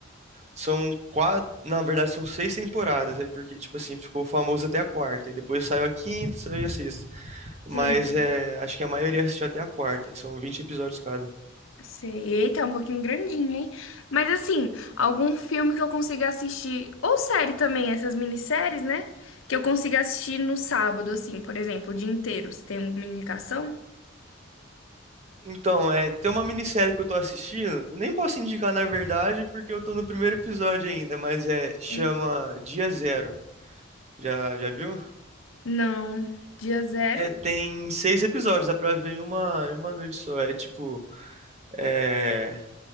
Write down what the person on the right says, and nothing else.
São quatro, na verdade são seis temporadas, é porque, tipo assim, ficou famoso até a quarta, e depois saiu a quinta, saiu a sexta. Mas
é, acho que a maioria assistiu até a quarta, que são vinte episódios cada.
Então, é, tem uma minissérie que eu tô assistindo, nem posso indicar na verdade, porque eu tô no primeiro episódio ainda, mas é, chama
Dia Zero. Já, já viu?
É, tem seis episódios, dá pra ver em uma, em uma noite só. É tipo, é,